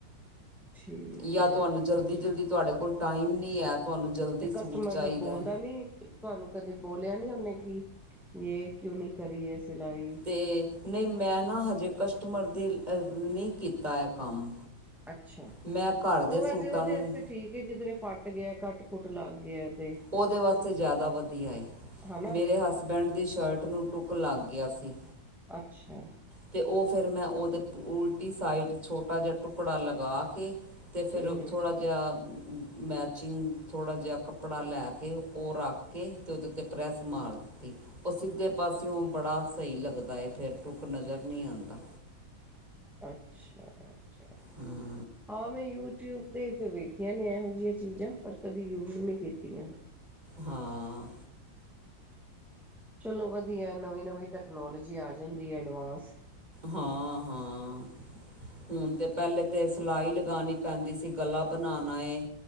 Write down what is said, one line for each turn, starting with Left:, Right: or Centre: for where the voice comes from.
Centre: ਠੀਕ
Right: ਜਾਂ
Centre: ਹੈ
Right: ਤੁਹਾਨੂੰ ਜਲਦੀ
Centre: ਅੱਛਾ
Right: ਜਲਦੀ ਤੁਹਾਡੇ ਕੋਲ ਟਾਈਮ ਨੀ ਹੈ ਤੁਹਾਨੂੰ ਜਲਦੀ
Centre: ਤੇ ਕਸਟਮਰ
Right: ਸੂਟ ਚਾਹੀਦਾ
Centre: ਫਿਰ ਬੋਲਦਾ ਨਹੀਂ। ਤੁਹਾਨੂੰ ਕਦੇ ਬੋਲਿਆ ਨਹੀਂ ਉਹਨੇ ਕਿ ਯੇ ਕਿਉਂ ਨਹੀਂ ਕਰੀ ਹੈ ਸਿਲਾਈ।
Right: ਤੇ ਨਹੀਂ ਮੈਂ ਨਾ ਹਜੇ ਕਸਟਮਰ ਦੇ ਅ ਨਹੀਂ ਕੀਤਾ ਐ ਕੰਮ।
Centre: ਅੱਛਾ
Right: ਮੈਂ ਘਰ
Centre: ਉਹ
Right: ਦੇ ਸੂਟਾਂ
Centre: ਵੈਸੇ ਉਹਦੇ
Right: ਨੂੰ
Centre: ਵਾਸਤੇ ਠੀਕ ਏ ਕਿਧਰੇ ਫੱਟ ਗਿਆ ਕੱਟ-ਕੁੱਟ ਲੱਗ ਗਿਆ ਤੇ
Right: ਉਹਦੇ ਵਾਸਤੇ ਜ਼ਿਆਦਾ ਵਧੀਆ ਏ।
Centre: ਹਨਾ
Right: ਮੇਰੇ ਹਸਬੈਂਡ ਦੀ ਸ਼ਰਟ ਨੂੰ ਟੁੱਕ ਲੱਗ ਗਿਆ ਸੀ।
Centre: ਅੱਛਾ।
Right: ਤੇ ਉਹ ਫਿਰ ਮੈਂ ਉਹਦੇ ਉਲਟੀ ਸਾਈਡ ਛੋਟਾ ਜਿਹਾ ਟੁਕੜਾ ਲਗਾ ਕੇ ਤੇ ਫਿਰ
Centre: ਹਮ ਹਮ
Right: ਥੋੜ੍ਹਾ ਜਿਹਾ ਮੈਚਿੰਗ, ਥੋੜ੍ਹਾ ਜਿਹਾ ਕੱਪੜਾ ਲੈ ਕੇ ਉਹ ਰੱਖ ਕੇ ਤੇ ਉਹਦੇ ਤੇ ਪ੍ਰੈਸ ਮਾਰ ਦਿੱਤੀ, ਉਹ ਸਿੱਧੇ ਪਾਸਿਓਂ ਬੜਾ ਸਹੀ ਲੱਗਦਾ ਏ ਫੇਰ ਟੁ ਨਜ਼ਰ ਨਹੀਂ ਆਂਦਾ।
Centre: ਅੱਛਾ-ਅੱਛਾ।
Right: ਹਮ।
Centre: ਹਾਂ ਮੈਂ ਯੂਟਿਊਬ ਤੇ ਹੀ ਤੇ ਵੇਖੀਆਂ ਨੇ ਇਹੋ ਜਿਹੀਆਂ ਚੀਜ਼ਾਂ। ਪਰ ਕਦੇ ਯੂੂਰ ਨਹੀਂ ਕੀਤੀਆਂ।
Right: ਹਾਂ।
Centre: ਚਲੋ ਵਧੀਆ ਨਵੀਂ-ਨਵੀਂ ਟੈਕਨੋਲੋਜੀ ਆ ਜਾਂਦੀ ਹੈ ਐਡਵਾਂਸ।
Right: ਹਾਂ-ਹਾਂ ਹੁਣ ਤੇ ਪਹਿਲੇ ਤੇ ਸਿਲਾਈ ਲਗਾਉਣੀ ਪੈਂਦੀ ਸੀ, ਗਲਾ ਬਣਾਉਣਾ ਏ